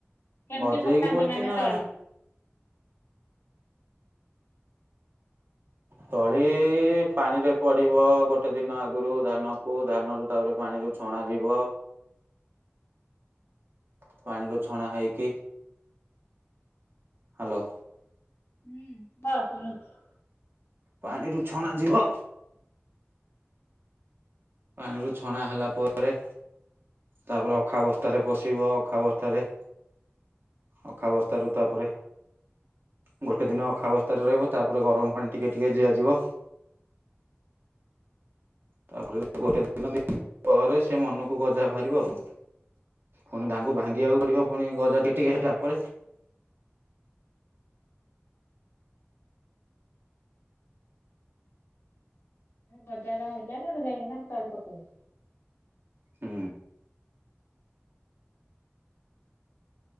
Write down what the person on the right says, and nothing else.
ଗଜେଇକି
ପଡିଛି
ନା
ତଳି ପାଣିରେ ପଡିବ ଗୋଟେ ଦିନ ଆଗରୁ ଧାନକୁ ଧାନ ର ତାପରେ ପାଣିରୁ ଛଣାାଯିବ ପାଣି ରୁ ଛଣା ହେଇକି ହ୍ୟାଲୋ।
ପାଣିରୁୁ ଛଣା ଯିବ ପାଣିରୁ ଛଣା ହେଲା ପରେ ତାପରେ ଅଖାବସ୍ତାରେ ପଶିବ ଅଖାବସ୍ତାରେ ଅଖା ବସ୍ତା ରୁ ତାପରେ ଗୋଟେ ଦିନ ଅଖା ବସ୍ତା ରେ ରହିବ ତାପରେ ଗରମ ପାଣି ଟିକେ ଟିକେ ଦିଆଯିବ। ତାପରେ ଗୋଟେ ଦିନ ପରେ ସେ ମନକୁ ଗଜା ବାହାରିବ ଆଉ। ପୁଣି ଧାନକୁ ଭାଙ୍ଗିବାକୁ ପଡିବ ପୁଣି ଗଜା ଟି ଟିକେ ହେଲା ପରେ।
ହୁଁ